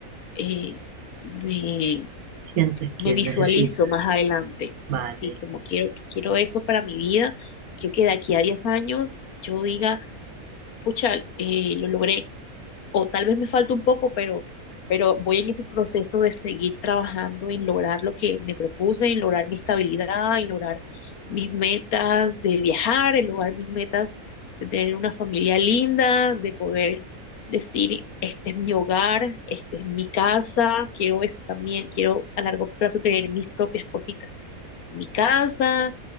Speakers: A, on the left; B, on the right.
A: eh, me,
B: Sientes que
A: me visualizo
B: necesitas.
A: más adelante.
B: Vale,
A: Sí, como quiero, quiero eso para mi vida. Creo que de aquí a 10 años yo diga, pucha, eh, lo logré, o tal vez me falta un poco, pero, pero voy en ese proceso de seguir trabajando en lograr lo que me propuse, en lograr mi estabilidad, en lograr mis metas de viajar, en lograr mis metas de tener una familia linda, de poder decir, este es mi hogar, este es mi casa, quiero eso también, quiero a largo plazo tener mis propias cositas, mi casa,